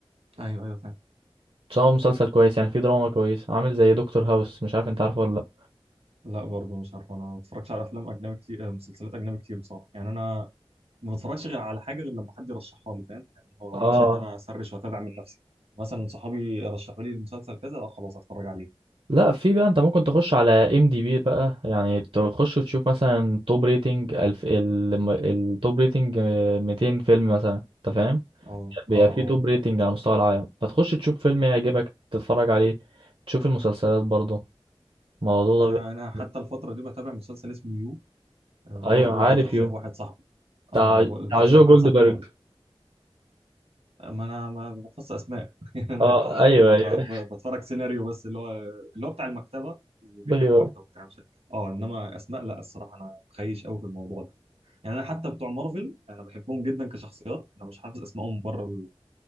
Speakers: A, on the right (about 85°); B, on the right (about 60°).
A: ايوه ايوه فاهم
B: بس هو مسلسل كويس يعني فيه دراما كويس عامل زي دكتور هاوس مش عارف انت عارفه ولا لا
A: لا برضه مش عارف انا ما بتفرجش على افلام اجنبي كتير آه، مسلسلات اجنبي كتير بصراحه يعني انا ما بتفرجش غير على حاجه غير لما حد يرشحها لي فاهم يعني ما بقعدش
B: اه
A: ان انا اسرش واتابع من نفسي مثلا صحابي رشحوا لي المسلسل كذا اه خلاص اتفرج عليه
B: لا في بقى انت ممكن تخش على ام دي بي بقى يعني تخش وتشوف مثلا توب ريتنج الف ال- التوب ريتنج آه، 200 فيلم مثلا انت فاهم
A: اه
B: بيبقى
A: اه
B: فيه
A: اه
B: توب ريتنج على مستوى العالم فتخش تشوف فيلم يعجبك تتفرج عليه تشوف المسلسلات برضه الموضوع
A: انا
B: ده
A: انا حتى
B: بي-
A: الفتره دي بتابع مسلسل اسمه يو آه،
B: <laughs>
A: وبرضه
B: ايوه عارف
A: ده ترشيح
B: يو
A: واحد صاحبي
B: بتاع
A: اه ما انا
B: بتاع
A: بقول ترشيح
B: جو جولدبرج
A: واحد صاحبي برضه ما انا ما بخص اسماء <laughs> يعني انا
B: اه ايوه
A: ب... ب...
B: ايوه
A: ب... بتفرج سيناريو بس اللي هو اللي هو بتاع المكتبه وبيحب
B: ايوه
A: واحده وبتاع مش عارف. اه انما اسماء لا الصراحه انا خيش قوي في الموضوع ده يعني انا حتى بتوع مارفل انا بحبهم جدا كشخصيات انا مش حافظ اسمائهم بره ال...